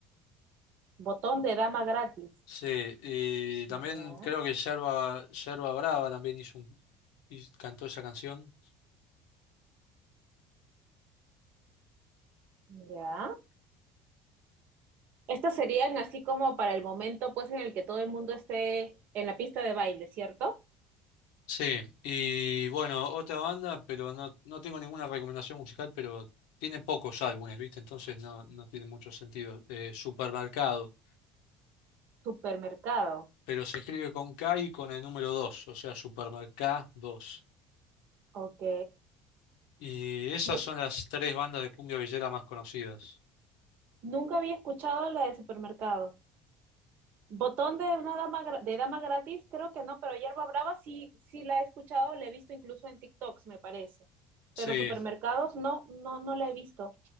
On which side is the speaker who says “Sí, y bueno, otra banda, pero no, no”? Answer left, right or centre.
Left